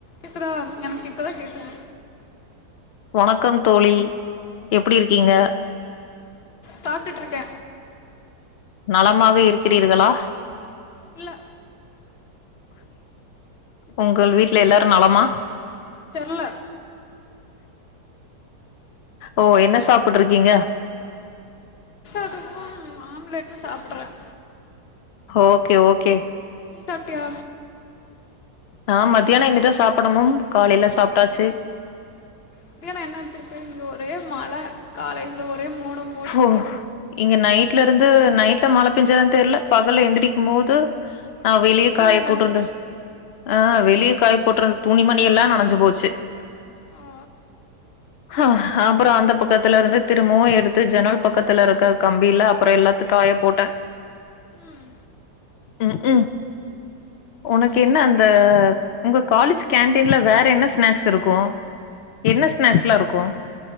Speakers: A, on the left; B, on the left.
A: இப்பதா எனக்கு இப்பதா கேக்குது
B: வணக்கம் தோழி எப்டி இருக்கீங்க
A: சாப்ட்டுட்ருக்கே
B: நலமாக இருக்றீர்களா
A: இல்ல
B: ஒங்க வீட்ல எல்லாரு நலமா
A: தெர்ல
B: ஓ என்ன சாப்ட்ருக்கீங்க
A: அதுக்கும் ஆம்லெட்டும் சாப்பிட்றேன்
B: ஓகே ஓகே
A: நீ சாப்டியா
B: நான் மத்தியானம் இனிதான் சாப்பிடமும் காலையில சாப்பிட்டாச்சு
A: மதியானோ என்ன வெச்சிருக்க இங்க ஒரே மழை காலையில ஒரே மோடம் போட்டுட்டு
B: ஹோ இங்க நைட் நைட்ல இருந்து நைட்ல மழ பெஞ்சது தெரியல பகல்ல எந்திரிக்கும் போது
A: ஒரே
B: நான் வெளிய
A: குளிரு
B: காய
A: எனக்கு
B: போட்டுருது கா ஆஹ் வெளியே காய் போட்டுறந்த துணிமணி எல்லாம் நனஞ்சு போச்சு
A: ஆ
B: அஹ் அப்புறம் அந்த பக்கத்துல இருந்து திரும்பவும் எடுத்து ஜன்னல் பக்கத்துல இருக்க கம்பியில அப்புறம் எல்லாத்து காய போட்டேன்
A: ம்
B: உஹூம் உம் உனக்கு
A: ம்
B: என்ன அந்த உங்க காலேஜ் கண்டில்ல வேற என்ன ஸ்நெக்ஸ் லாம் இருக்கும் என்ன ஸ்நேக்ஸ் லாம் இருக்கும்